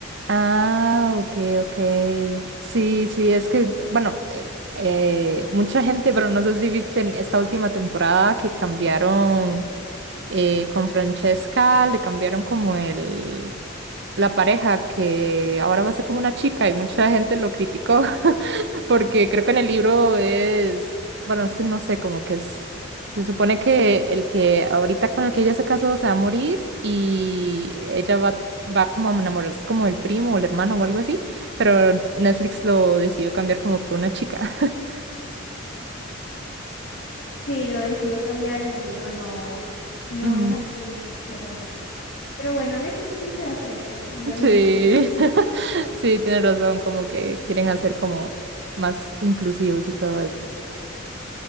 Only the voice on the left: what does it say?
Sí, lo decidió cambiar en el libro, no, no
es así, pero, pero bueno, Netflix siempre hace eso de cambiar las
<laughs> historias.